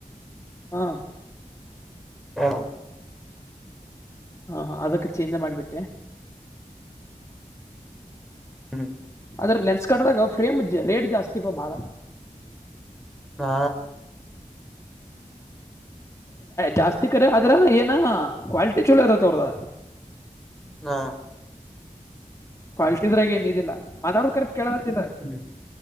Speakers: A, on the left (about 20°); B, in the centre.
A: ಹಾ
B: ಹಾ
A: ಹಾ ಹ ಅದಕ್ಕೆ ಚೇಂಜ್ ಮಾಡಿಬಿಟ್ಟೆ
B: ಹ್ಮ್
A: ಅದ್ರ ಲೆನ್ಸ್ ಕಟ್ಟ್ಗ ಫ್ರೇಮ್ ರೇಟ್ ಜಾಸ್ತಿಪಾ ಭಾಳ
B: ಹಾ
A: ಜಾಸ್ತಿ ಕರೆ ಆದ್ರ ಏನ ಕ್ವಲ್ಟಿ ಚಲೋ ಇರತ್ತ ಅವ್ರದ
B: ಹಾ
A: ಕ್ವಾಲಿಟಿ ಇದ್ರಾಗ ಏನಲ್ಲ ಮಾತಾಡದು ಕರೆಕ್ಟ್ ಕೇಳತ್ತಿಲ್ಲ
B: ಹ್ಮ್